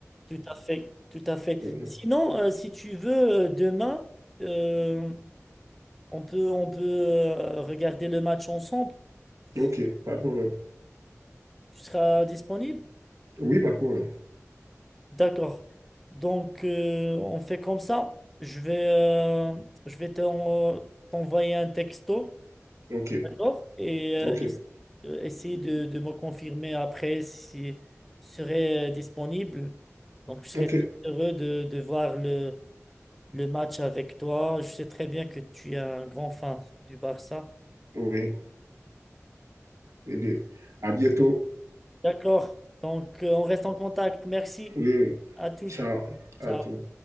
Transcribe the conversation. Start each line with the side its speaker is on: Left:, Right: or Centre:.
Centre: tout à fait, tout à fait.
Right: Mhm.
Centre: Sinon, euh, si tu veux, euh, demain, euh, on peut, on peut euh, regarder le match ensemble. Si
Right: Ok, pas de problème.
Centre: Tu seras disponible?
Right: Oui, pas de problème.
Centre: D'accord. Donc, euh, on fait comme ça. Je vais, euh, je vais t'en- t'envoyer un texto,
Right: Ok,
Centre: d'accord? Et euh,
Right: ok,
Centre: es- euh, essayer de, de me confirmer après si je serai euh, disponible. Donc, je serai
Right: ok.
Centre: très heureux de, de voir le, le match avec toi. Je sais très bien que tu es un grand fan du Barça.
Right: Oui, eh bien, à bientôt.
Centre: D'accord. Donc, euh, on reste en contact. Merci
Right: Oui, oui.
Centre: à toutes.
Right: Ciao à
Centre: Ciao.
Right: tous.